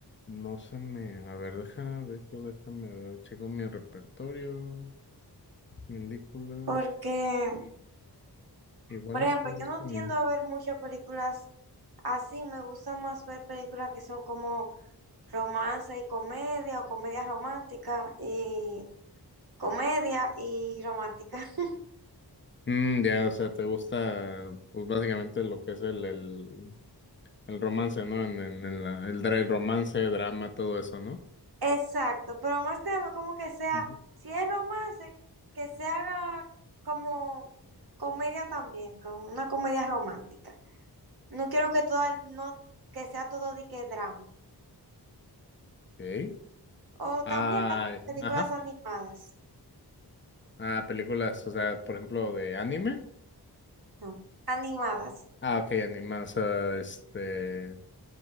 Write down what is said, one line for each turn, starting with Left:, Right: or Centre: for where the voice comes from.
Left: no se me. A ver, déjame ver, yo déjame ver. Checo mi repertorio, películas.
Right: porque,
Left: Igual
Right: por ejemplo,
Left: y sí he visto
Right: yo no
Left: un-
Right: tiendo a ver muchas películas así, me gusta más ver películas que son como romance y comedia o comedia romántica y comedia y romántica. <laughs>
Left: Mm, ya, o sea, te gusta, pues básicamente lo que es el, el, el romance, ¿no? En, en, en la, el, dra- el romance, drama, todo eso, ¿no?
Right: Exacto, pero más que nada como que sea,
Left: Ujú.
Right: si es romance, que se haga como comedia también, con una comedia romántica. No quiero que todo, no, que sea todo de que drama.
Left: Ok.
Right: O también
Left: Ah,
Right: las películas
Left: ajá.
Right: animadas,
Left: Ah, películas, o sea, por ejemplo, de anime.
Right: no, animadas.
Left: Ah, ok, anime, o sea, este.